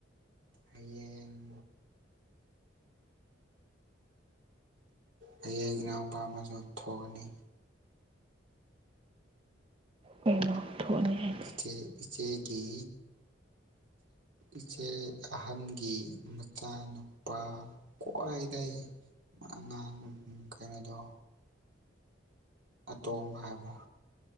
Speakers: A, on the right; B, on the right.
A: ꯍꯌꯦꯡ ꯍꯌꯦꯡ ꯏꯅꯥꯎꯄꯥ ꯑꯃꯁꯨ ꯊꯣꯛꯑꯅꯤ
B: ꯀꯩꯅꯣ ꯊꯣꯛꯑꯅꯤ ꯍꯥꯏꯅꯦ
A: ꯏꯆ ꯏꯆꯦꯒꯤ ꯏꯆꯦ ꯑꯍꯟꯒꯤ ꯃꯆꯥꯅꯨꯄꯥ ꯈ꯭ꯋꯥꯏꯗꯒꯤꯩ ꯑꯉꯥꯡ ꯀꯩꯅꯣꯗꯣ ꯑꯇꯣꯝꯕ ꯍꯥꯏꯕ꯭ꯔꯥ